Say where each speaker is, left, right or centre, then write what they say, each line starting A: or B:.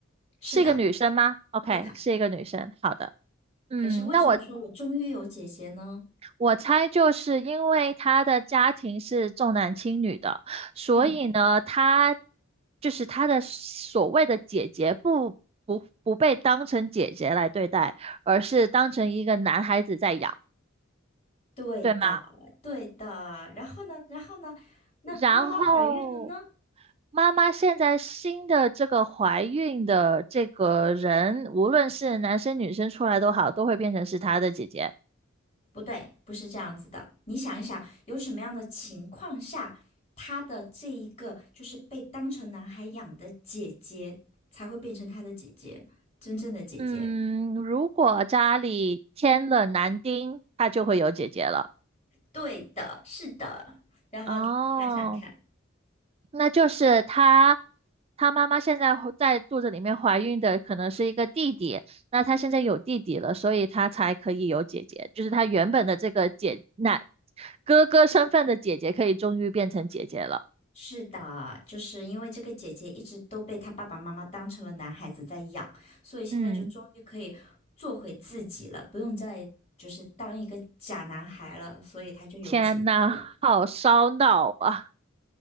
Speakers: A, on the left (about 30°); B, on the right (about 30°).
A: 是的，
B: 是一个女生吗？OK，
A: 是的。
B: 是一个女生，好的。嗯，
A: 可是为什么说我终于有姐姐呢？
B: 那我我猜就是因为他的家庭是重男轻女的，所以呢，
A: 嗯，
B: 他就是他的所谓的姐姐不不不被当成姐姐来对待，而是当成一个男孩子在养，
A: 对的，
B: 对吗？
A: 对的。然后呢，然后呢，那妈妈怀孕了呢？
B: 然后妈妈现在新的这个怀孕的这个人，无论是男生女生出来都好，都会变成是他的姐姐。
A: 不对，不是这样子的。你想一想，有什么样的情况下，他的这一个就是被当成男孩养的姐姐，才会变成他的姐姐，真正的姐姐？
B: 嗯，如果家里添了男丁，他就会有姐姐了。
A: 对的，是的。然后你想想看，
B: 哦，那就是她，她妈妈现在怀在肚子里面怀孕的可能是一个弟弟，那她现在有弟弟了，所以她才可以有姐姐，就是她原本的这个姐那哥哥身份的姐姐可以终于变成姐姐了。
A: 是的，就是因为这个姐姐一直都被他爸爸妈妈当成了男孩子在养，所以现在就终于可以做回自己了，
B: 嗯，
A: 不用再就是当一个假男孩了，所以他就有姐姐了，
B: 天呐，好烧脑啊！